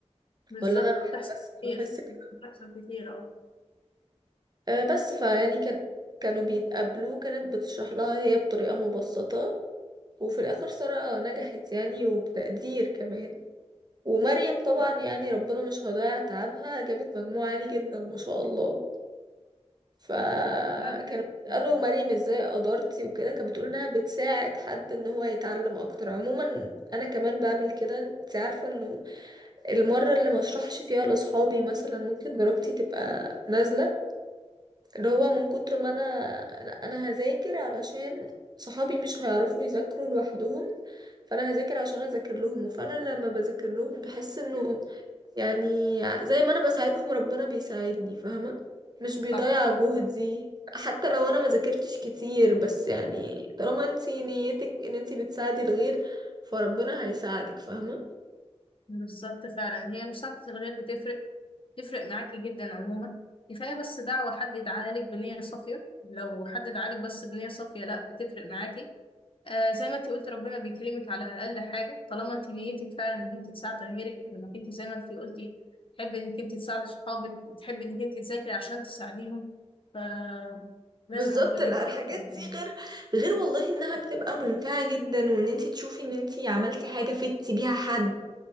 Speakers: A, on the left; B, on the right.
A: بالظبط
B: ولا أنا لوحدي
A: بتحصل
B: بس اللي
A: كتير
B: بحس كده
A: بتحصل كتير أه
B: أه بس فيعني كان كانوا بيتقابلوا كانت بتشرح لها هي بطريقة مبسطة وفي الآخر سارة نجحت يعني وبتقدير كمان ومريم طبعا يعني ربنا مش هيضيع تعبها جابت مجموع عالي جدا ما شاء الله فكانوا
A: أنا بت-
B: بيسألوا
A: مم.
B: مريم ازاي قدرتي وكده كانت بتقول انها بتساعد حد ان هو يتعلم اكتر عموما انا كمان بعمل كده انت عارفة انه المرة اللي ما اشرحش فيها لاصحابي مثلا ممكن درجتي تبقى نازلة اللي هو من كتر ما انا لا انا هذاكر علشان صحابي مش هيعرفوا يذاكروا لوحدهم فانا هذاكر عشان اذاكر لهم وفعلا لما بذاكر لهم بحس انه يعني زي ما انا بساعدهم ربنا بيساعدني فاهمة مش بيضيع
A: صح
B: جهدي حتى لو انا ما ذاكرتش كتير بس يعني طالما انتي نيتك ان انتي بتساعدي الغير فربنا هيساعدك فاهمة
A: بالظبط فعلا هي مساعدة الغير بتفرق تفرق معاكي جدا عموما كفاية بس دعوة حد يدعاها لك بنية صافية لو حد دعالك بس بنية صافية لا بتفرق معاكي آه زي ما انت قلت ربنا بيكرمك على اقل حاجه طالما انت نيتك فعلا انك انت تساعدي غيرك انك انت زي ما انت قلتي تحبي انك انت تساعدي صحابك تحبي انك انت تذاكري عشان تساعديهم فلازم
B: بالظبط
A: ربنا
B: لا،
A: يكرمك.
B: الحاجات دي غير غير والله انها بتبقى ممتعة جدا وان انتي تشوفي ان انتي عملتي حاجة فدتي بيها حد